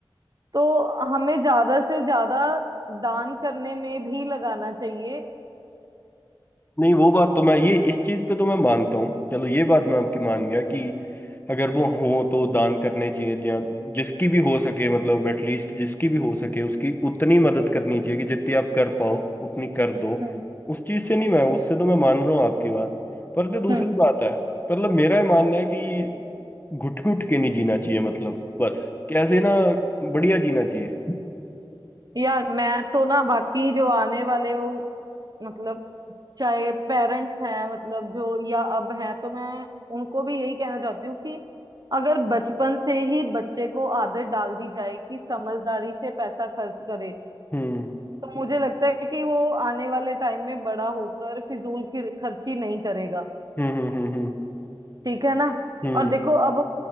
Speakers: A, on the right; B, on the left.
A: तो हमें ज्यादा से ज्यादा दान करने में भी लगाना चाहिए
B: नहीं वो बात तो मैं ये इस चीज पे तो मैं मानता हूँ चलो ये बात मैं आपकी मान गया कि अगर वो हो तो दान करने चाहिए या जिसकी भी हो सके मतलब एटलीस्ट जिसकी भी हो सके उसकी उतनी मदद करनी चाहिए कि जितनी आप कर पाओ उतनी कर दो
A: हम्म
B: उस चीज से नहीं मैं उससे तो मैं मान रहा हूँ आपकी बात पर जो दूसरी
A: हम्म
B: बात है मतलब मेरा ये मानना है कि घुट घुट के नहीं जीना चाहिए मतलब बस कैसे ना बढ़िया जीना चाहिए
A: यार मैं तो ना बाकी जो आने वाले वो मतलब चाहे पेरेंट्स हैं मतलब जो या अब हैं तो मैं उनको भी यही कहना चाहती हूँ कि अगर बचपन से ही बच्चे को आदत डाल दी जाए कि समझदारी से पैसा खर्च करे
B: हम्म
A: तो मुझे लगता है कि वो आने वाले टाइम में बड़ा होकर फिजूल की खर्ची नहीं करेगा
B: हम्म हम्म हम्म
A: ठीक है ना
B: हम्म
A: और देखो अब